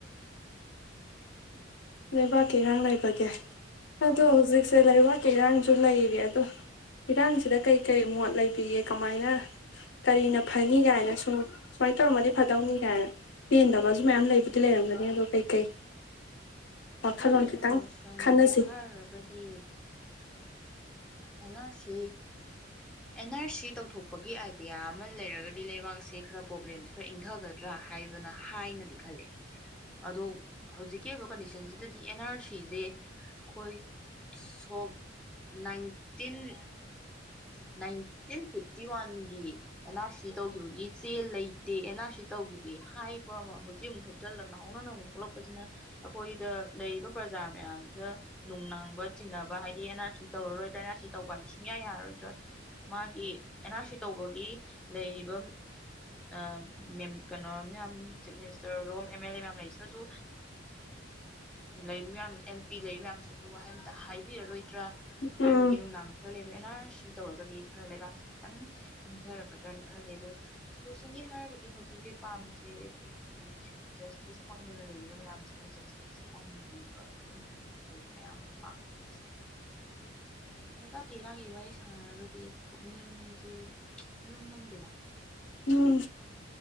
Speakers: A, in the centre; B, on the left.
A: <unintelligible>
B: ꯂꯩꯕꯥꯛꯀꯤ ꯏꯔꯥꯡ ꯂꯩꯕꯒꯦ ꯑꯗꯣ
A: ꯑꯥ
B: ꯍꯧꯖꯤꯛꯁꯦ ꯂꯩꯕꯥꯛꯀꯤ ꯏꯔꯥꯡ ꯁꯨ ꯂꯩꯔꯤ ꯑꯗꯣ ꯏꯔꯥꯡꯁꯤꯗ ꯀꯩꯀꯩ ꯃꯣꯠ ꯂꯩꯕꯤꯒꯦ ꯀꯃꯥꯏꯅ ꯀꯔꯤꯅ ꯐꯅꯤ ꯀꯥꯏꯅ ꯁꯨꯝ ꯁꯨꯃꯥꯏꯅ ꯇꯧꯔꯝꯃꯗꯤ ꯐꯗꯧꯅꯤ ꯀꯥꯏꯅ ꯄꯦꯟꯗꯕꯁꯨ ꯃꯌꯥꯝ ꯂꯩꯕꯗꯤ ꯂꯩꯔꯝꯒꯅꯤ ꯑꯗꯣ ꯀꯩꯀꯩ ꯋꯥꯈꯜꯂꯣꯟ
A: ꯑꯩꯕꯀꯤ
B: ꯈꯤꯇꯪ
A: ꯁꯣꯂꯨꯁꯟꯁꯦ
B: ꯈꯟꯅꯁꯤ
A: ꯍꯥꯏꯔꯨꯔꯒꯗꯤ N R C N R C ꯇꯧꯊꯣꯛꯄꯒꯤ ꯑꯥꯏꯗꯤꯌꯥ ꯑꯃ ꯂꯩꯔꯒꯗꯤ ꯂꯩꯕꯥꯛꯁꯦ ꯈꯔ ꯄ꯭ꯔꯣꯕ꯭ꯂꯦꯝꯁꯦ ꯈꯔ ꯏꯪꯊꯒꯗ꯭ꯔꯥ ꯍꯥꯏꯕꯅ ꯍꯥꯏꯅꯗꯤ ꯈꯜꯂꯦ ꯑꯗꯣ ꯍꯧꯖꯤꯛꯀꯤ ꯑꯣꯏꯕ ꯁꯤꯗꯗꯤ ꯑꯦꯟ ꯑꯥꯔ ꯁꯤꯁꯦ ꯑꯩꯈꯣꯏ ꯁꯣꯛ ꯅꯥꯏꯇꯤꯟ ꯅꯥꯏꯟꯇꯤꯟ ꯐꯤꯐꯇꯤ ꯋꯥꯟꯒꯤ ꯑꯦꯟ ꯑꯥꯔ ꯁꯤ ꯇꯧꯈꯤꯕꯒꯤ ꯆꯦ ꯂꯩꯇꯦ ꯑꯦꯟ ꯑꯥꯔ ꯁꯤ ꯇꯧꯈꯤꯗꯦ ꯍꯥꯏꯕ ꯑꯃ ꯍꯧꯖꯤꯛ ꯑꯃꯨꯛ ꯊꯣꯛꯆꯜꯂ ꯅꯍꯧꯅꯅ ꯑꯃꯨꯛ ꯊꯣꯛꯂꯛꯄꯁꯤꯅ ꯑꯩꯈꯣꯏꯗ ꯂꯩꯔꯤꯕ ꯄ꯭ꯔꯖꯥ ꯃꯌꯥꯝꯁꯤꯗ ꯅꯨꯡꯅꯥꯡꯕ ꯆꯤꯡꯅꯕ ꯍꯥꯏꯗꯤ ꯑꯦꯟ ꯑꯥꯔ ꯁꯤ ꯇꯧꯔꯔꯣꯏꯗ꯭ꯔꯥ ꯑꯦꯟ ꯑꯥꯔ ꯁꯤ ꯇꯧꯕꯗ ꯁꯨꯡꯌꯥ ꯌꯥꯔꯔꯣꯏꯗ꯭ꯔꯥ ꯃꯥꯒꯤ ꯑꯦꯟ ꯑꯥꯔ ꯁꯤ ꯇꯧꯕꯒꯤ ꯂꯩꯔꯤꯕ ꯑ ꯀꯩꯅꯣ ꯃꯌꯥꯝ ꯆꯤꯞ ꯃꯤꯅꯤꯁꯇꯔ ꯔꯣꯝ ꯑꯦꯝ ꯑꯦꯜ ꯑꯦ ꯃꯌꯥꯝ ꯂꯩꯁꯤꯅꯁꯨ ꯂꯩ ꯃꯌꯥꯝ ꯑꯦꯝ ꯄꯤ ꯂꯩ ꯃꯌꯥꯝꯁꯤꯡꯗꯨ ꯋꯥꯍꯩ ꯑꯃꯇ ꯍꯥꯏꯕꯤꯔꯔꯣꯏꯗ꯭ꯔꯥ
B: ꯎꯝ
A: ꯍꯥꯏꯕꯒꯤ ꯅꯨꯡꯗꯥꯡ ꯈꯔ ꯂꯩ ꯑꯗꯣ ꯑꯦꯟ ꯑꯥꯔ ꯁꯤ ꯇꯧꯔꯒꯗꯤ ꯈꯔ ꯂꯩꯕꯥꯛꯁꯦ ꯈꯤꯇꯪ ꯏꯪꯊꯔꯛꯀꯗ꯭ꯔꯅ ꯈꯜꯂꯤ ꯑꯗꯣ ꯁꯣꯁꯟꯂꯤ ꯍꯥꯏꯔꯒꯗꯤ ꯍꯧꯖꯤꯛ ꯍꯧꯖꯤꯛ ꯄꯥꯝꯃꯤꯁꯦ ꯑꯩꯈꯣꯏꯗꯤ ꯖꯁꯇꯤꯁ ꯐꯪꯗꯅ ꯂꯩꯔꯤꯕ ꯃꯌꯥꯝꯖꯦ ꯖꯁꯇꯤꯁ ꯑꯣꯡꯕꯤꯕ ꯑꯗꯨꯝꯕꯁꯨ ꯑꯌꯥꯝꯅ ꯄꯥꯝꯃꯦꯀꯣ ꯂꯩꯕꯥꯛꯀꯤ ꯏꯔꯥꯡꯒꯤ ꯋꯥꯔꯤ ꯁꯥꯟꯅꯔꯒꯗꯤ ꯄꯨꯛꯅꯤꯡꯖꯦ ꯂꯨꯝꯂꯝꯨꯝꯗꯦꯗ
B: ꯎꯝ